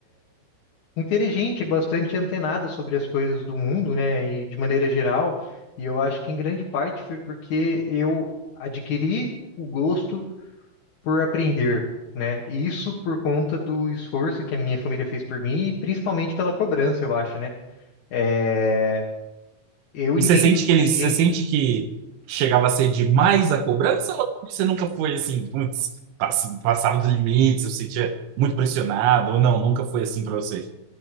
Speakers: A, on the left (about 60°); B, on the right (about 80°).
A: inteligente, bastante antenada sobre as coisas do mundo, né, e de maneira geral, e eu acho que em grande parte foi porque eu adquiri o gosto por aprender, né? E isso por conta do esforço que a minha família fez por mim e principalmente pela cobrança, eu acho, né? É, eu
B: E
A: entendo
B: você sente
A: que
B: que
A: tem
B: eles,
A: gente
B: você sente que chegava a ser demais a cobrança ou você nunca foi assim, putz, pass- passava dos limites, eu sentia muito pressionado ou não, nunca foi assim pra você?